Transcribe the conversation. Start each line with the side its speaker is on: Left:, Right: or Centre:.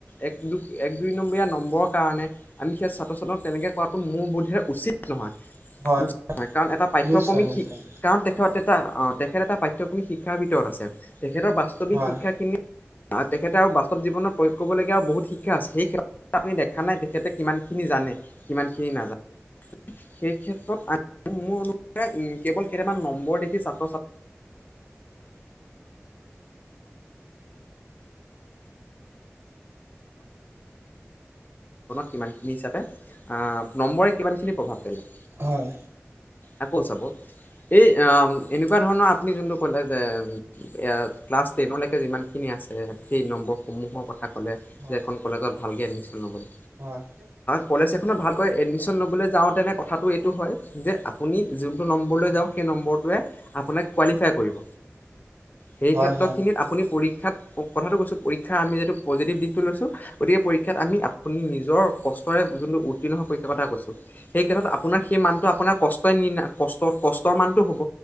Left: এক এক দুই নম্বৰিয়া কাৰণে, আমি সেই ছাত্ৰজনক তেনেকৈ কৰাটো মোৰ বোধে উচিত নহয়
Right: হয়,
Left: উচিত নহয়, কাৰণ এটা পাঠ্যক্ৰমিক
Right: নিশ্চয়, নিশ্চয়,
Left: শিক কাৰণ তেখেত এটা অ তেখেত এটা পাঠ্যক্ৰমিক শিক্ষাৰ ভিতৰত আছে। তেখেতৰ বাস্তৱিক
Right: হয়,
Left: শিক্ষাখিনি তেখেতে আৰু বাস্তৱ জীৱনৰ প্ৰয়োগ কৰিবলগীয়া আৰু বহুত শিক শিক্ষা আছে। সেই ক্ষেত্ৰত আপুনি দেখা নাই তেখেতে কিমানখিনি জানে, কিমান কি নাজা সেই ক্ষেত্ৰত আ, মোৰ <unintelligible> কেৱল কেইটামান নম্বৰ দেখি চা <unintelligible> অ <unintelligible> কিমানখিনি হিচাপে, আ নম্বৰে কিমানখিনি প্ৰভাৱ পেলায়।
Right: হয়,
Left: আকৌ চাব, এই উম তেনেকুৱা ধৰণৰ আপুনি যোনটো ক'লে যে, এয়া ক্লাছ টেনৰলৈকে যিমানখিনি আছে, সেই নম্বৰসমূহৰ কথা ক'লে,
Right: হয়, হয়।
Left: যে এখন কলেজত ভালকে এডমিশ্বন লবলে
Right: হয়, হয়,
Left: কলেজ এখনত ভালকৈ এডমিশ্বন লবলৈ যাওঁতেনে কথাটো এইটো হয়, যে আপুনি যোনটো নম্বৰলৈ
Right: হয়,
Left: যাওঁক সেই নম্বৰটোৱে আপোনাক কোৱালিফাই কৰিব। সেই
Right: হয়,
Left: ক্ষেত্ৰখিনিত আপুনি পৰীক্ষাত, কথাটো কৈছোঁ পৰীক্ষাৰ আমি যিহেতু পজিটিভ দিশটো লৈছোঁ গতিকে পৰীক্ষাত আমি আপুনি নিজৰ কষ্টৰে যোনটো উত্তীৰ্ণ হোৱাৰ পৰীক্ষাৰ কথা কৈছো। সেই ক্ষেত্ৰত আপোনাৰ সেই মানটো আপোনাৰ কষ্টই ক-কষ্টৰ মানটো হব।